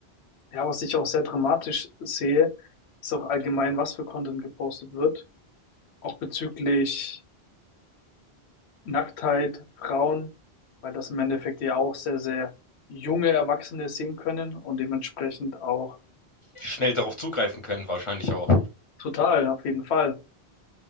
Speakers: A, on the left (about 85°); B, on the left (about 35°).
A: ja, was ich auch sehr dramatisch sehe, ist auch allgemein, was für Content gepostet wird. Auch bezüglich Nacktheit, Frauen, weil das im Endeffekt ja auch sehr, sehr junge Erwachsene sehen können und dementsprechend auch
B: Schnell darauf zugreifen können, wahrscheinlich auch.
A: total, auf jeden Fall.